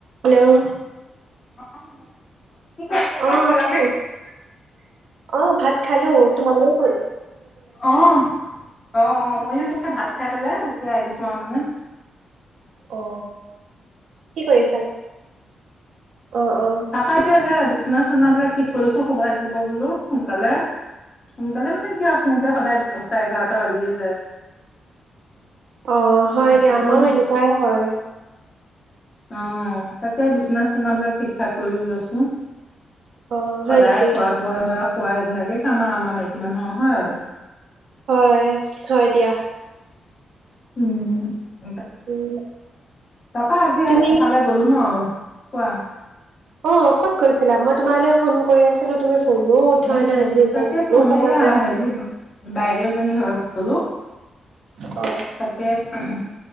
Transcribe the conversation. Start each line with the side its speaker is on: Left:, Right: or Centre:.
Right: হেল্ল'
Left: <unintelligible>
Right: অ,
Left: খালানে?
Right: কি <unintelligible> অ, ভাত খালোঁ তোমালোক হ'ল?
Left: অ, অ অ ময়ো সেইয়া ভাত খাই পেলাই এতিয়া আহিছো আৰু মানে।
Right: অ, কি কৰিছা? অ, অ,
Left: তাপা এতিয়া সেয়া বিচনা-চনা বিলাক ঠিক কৰিছো শুব লাগিব বোলো, সোনকালে। সোনকালে মানে কি আও শুতে সদায় দচটা এঘাৰটা বাজিয়ে যায়।
Right: অ
Left: <inaudible>
Right: হয়
Left: <unintelligible>
Right: দিয়া আমাৰো এনেকুৱাই হয়
Left: অ, তাকে বিচনা চনা বিলাক ঠিক-ঠাক কৰি লৈছোঁ।
Right: অ হয়
Left: সদায়
Right: নেকি
Left: খোৱা-বোৱা ধৰা খোৱা এইবিলাকেই কাম আ আমা মাইকী মানুহৰ হয়ে।
Right: হয়, হয় দিয়া।
Left: উম, <inaudible>
Right: উম
Left: তাপা সেয়া
Right: তুমি
Left: এফালে গ'লো ন, কোৱা।
Right: অ, ক'ত গৈছিলা? মই তোমালৈ ফোন কৰি আছিলো তুমি ফোনো উঠোৱা
Left: উম,
Right: নাই আজি <unintelligible>
Left: তাকেতো
Right: কোনো খবৰ
Left: এইয়া
Right: নাই।
Left: হেৰি বাইদেউজনী ঘৰত গ'লো।
Right: অ',
Left: তাকে <unintelligible>